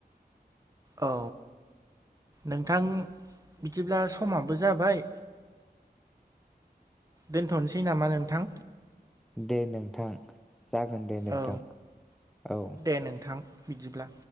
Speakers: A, on the right; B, in the centre.
A: औ नोंथां बिदिब्ला समाबो जाबाय दोनथ'नोसै नामा नोंथां?
B: दे नोंथां जागोन दे नोंथां
A: औ
B: औ
A: दे नोंथां बिदिब्ला